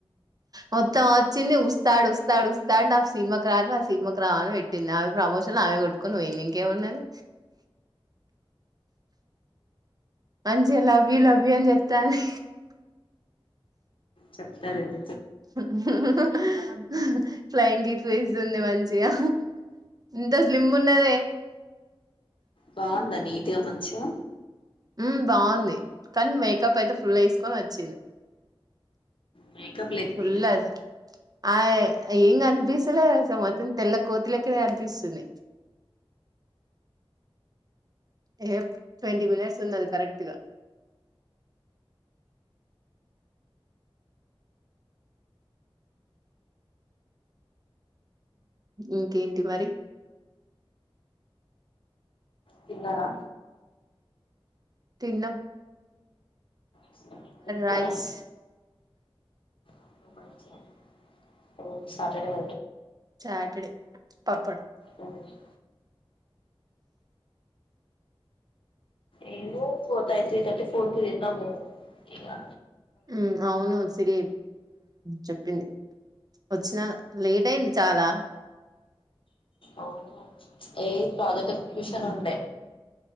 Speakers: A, on the right (about 40°); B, on the left (about 65°).
A: మొత్తం వచ్చింది ఉస్తాడు ఉస్తాడు ఉస్తాడు, నాకు సినిమాకు రాల నా సినిమాకు రావని పెట్టింది, ఆమె ప్రమోషన్ ఆమె కొట్టుకోని పోయింది ఇంకేమున్నది, మంచి లవ్ యు లవ్ యు అని చెప్తాంది
B: చెప్తా నేను
A: <unintelligible> ఫ్లయింగ్ కిస్ లు ఇస్తుంది మంచిగా ఇంత స్లిమ్ ఉన్నదే
B: బావుందా నీట్గా మంచిగా
A: హ్మ్మ్ బాగుంది కానీ మేకప్ అయితే ఫుల్ వేసుకొని వచ్చింది
B: మేకప్ లేకపోతే
A: ఫుల్ ఆజా ఆ ఏంగాని బిసలేసలు మొత్తం తెల్ల కోతిలెక్కనే ఎక్కడే కనిపిస్తుంది ఏ ట్వంటీ మినట్స్ ఉన్నాది కరెక్ట్గా ఇంకేంటి మరి
B: తిన్నారా
A: తిన్న
B: ఏం కూర
A: రైస్
B: <unintelligible> ఓన్లీ సా <unintelligible>
A: చాటడే పప్పడు
B: ఈరోజు ఏను ఫోర్త్ యి త్రీ థర్టీ ఫోర్ కి తిన్నాము ఇగా
A: ఉం అవును సిరి చెప్ ప్పింది వచ్చిన లేట్ అయింది చాలా
B: అవును ఏ ప్రాజెక్ట్ ఎక్యూషన్
A: ఉమ్
B: ఉండే